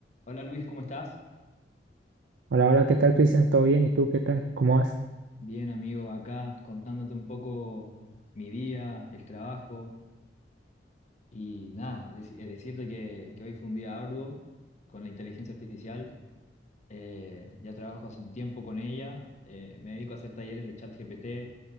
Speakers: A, on the left; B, on the right.
A: Hola Luis, ¿cómo estás?
B: Hola, hola, ¿qué tal, Cristian? ¿Todo bien? ¿Y tú qué tal? ¿Cómo vas?
A: Bien, amigo, acá contándote un poco mi día, el trabajo y nada, deci- eh, decirte que, que hoy fue un día arduo con la inteligencia artificial. Eh, ya trabajo hace un tiempo con ella, eh, me dedico a hacer talleres de chat GPT,